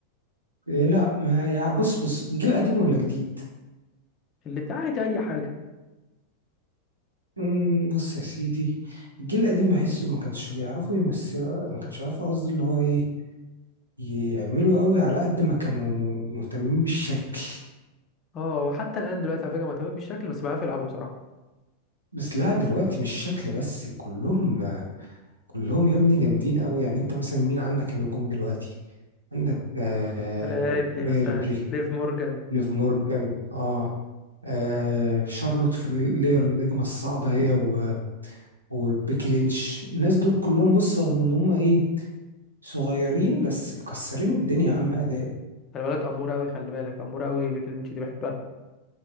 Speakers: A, on the right; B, on the left.
A: إيه لا ما يا بص بص الجيل قديم ولا جديد
B: اللي بتاعت اي حاجه
A: مم، بص يا سيدي الجيل القديم بحسه ما كانش بيعرفوا يمثلوا ما كانش بيعرفوا قصدي اللي هو ايه يعملوا قوي على قد ما كانوا مهتمين بالشكل
B: اه وحتى الان دلوقتي على فكره مهتمين بالشكل بس بيعرفوا يلعبوا بصراحه
A: بس لا دلوقتي مش شكل بس كلهم كلهم يا ابني جامدين قوي يعني انت مثلا مين عندك النجوم دلوقتي عندك آه
B: ريبلي
A: ريا
B: مثلا
A: ريبلي
B: ليف مورجان
A: ليف مورجان اه آه شارلوت فلير النجمة الصعبة هي و- وبيكي لينش الناس دول كلهم بص رغم ان هم ايه صغيرين بس مكسرين الدنيا يا عم اداء
B: خلي بالك اموره قوي خلي بالك اموره قوي بيكي لينش دي بحبها